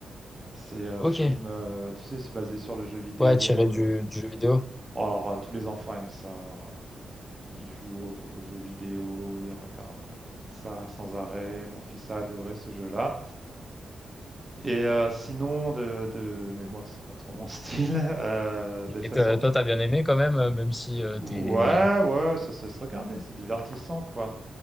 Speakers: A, on the right; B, on the left.
A: C'est un
B: Ok,
A: film, euh, tu sais, c'est basé sur le jeu vidéo.
B: ouais, tiré du,
A: euh.
B: du jeu vidéo.
A: Alors, euh, tous les enfants aiment ça. Euh, Ils jouent au- aux, jeux vidéo, ils regardent euh, ça sans arrêt. Mon fils a adoré ce jeu-là. Et euh, sinon, de, de- mais moi, c'est pas trop mon style, <laughs> euh, de façon...
B: Et toi,
A: per-
B: toi, t'as bien aimé quand même, euh, même si euh,
A: Ouais,
B: t'es...
A: ouais, ça, ça se regarder, c'est divertissant, quoi.